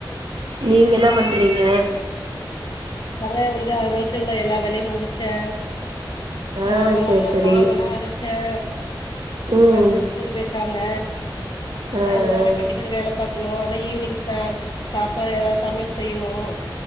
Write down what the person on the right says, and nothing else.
நீங்க எல்லாம்ப் பண்றீங்க
ஆ
சரி சரி.
ம்.
ஆ ஆ.